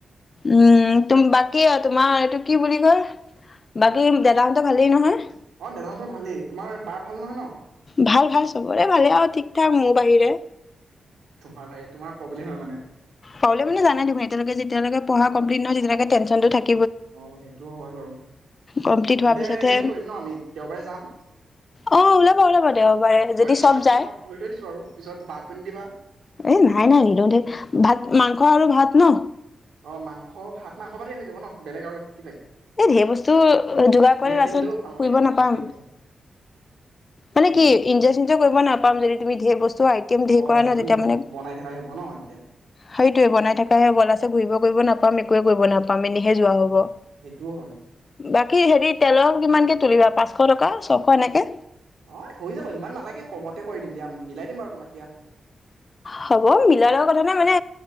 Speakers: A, on the left; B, on the right.
A: উম তুম বাকী আৰু তোমাৰ এইটো কি বুলি কয়, বাকী দাদাহতৰ ভালেই নহয়?
B: অ', দাদাহঁতৰ ভালেই তোমাৰ বাৰ ভাল নহয় ন'?
A: ভাল ভাল চবৰে। ভালে অ', ঠিক ঠাক মোৰ বাহিৰে।
B: তোমাৰ বাহিৰে তোমাৰ প্ৰব্লেম হয় মানে।
A: প্ৰব্ললেম মানে জানাই দেখোন এতিয়ালৈ যেতিয়ালৈ পৰা কম্লিত নহয় তেতিয়ালৈকে টেঞ্চনটো থাক
B: অ সেইটো হয় বাৰু
A: কমপ্লিট হোৱাৰ
B: তেন্তে
A: পিছতহে
B: হেৰি কৰিম ন আমি দেওবাৰে যাম
A: অ ওলাবা ওলাব দেওবাৰে যদি
B: ফিক্স
A: চব
B: মানে
A: যায়
B: তোমাক ধৰি থৈ দিছো আৰু পিছত বাহ তুমি দিবা
A: এ নাই নাই দিনতে ভাত
B: অ'
A: মাংস আৰু ভাত ন
B: অ' মাংস ভাত মাংস ভাতে হৈ যাব ন বেলেগ এক
A: এই ধেৰ বস্তু যোগাৰ
B: ধেৰ
A: কৰি
B: আইটেম
A: লাছত
B: হ'লেও ভাল নালাগে
A: ফুৰিব
B: অ'
A: নাপাম
B: ঠিকে কৈছা
A: মানে
B: উম
A: কি ইঞ্জয় থিঞ্জোয় কৰিব নাপাম যদি তুমি ধেৰ বস্তু ছোৱাই একম দেৰ
B: অ
A: কৰা
B: সেইটোও
A: ন' তেতিয়া
B: হয়
A: মানে
B: বনাই থকা হ'ব ন এনি টাইম
A: সেইটোয়ে বনাই থাকাইে গল আছে ঘূৰিব কৰিব নাপ <unintelligible> মিনিহে যোৱা
B: অ
A: হ'ব ব
B: সেইটোও হয়
A: বাকী হেৰি তেলৰ কিমানকে তুলিবা পাঁচশ টকা ছশ এনেকে
B: অ হৈ যাব ইমান নালাগে কমতে কৰি দিম দিয়া আমি মিলাই দিম বাৰু তোমাক দিয়া
A: হ'ব মিলা লগোৱা কথা নে মানে